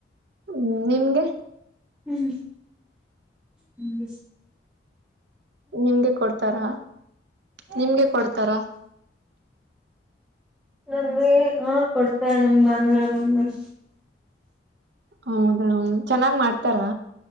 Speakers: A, on the right (about 65°); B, in the centre.
A: ಹ್ಮ್ ನಿಮ್ಗೆ
B: ಹ್ಮ್ ಹ್ಮ
A: ನಿಮ್ಗೆ ಕೊಡ್ತಾರಾ ನಿಮ್ಗೆ ಕೊಡ್ತಾರ
B: ನಮಗೆ ಹಾ ಕೊಡ್ತಾರೆ ನಮ ಭಾನುವಾರ ಭಾನುವಾರ
A: ಹೌದಾ ಚೆನ್ನಾಗ್ ಮಾಡ್ತಾರಾ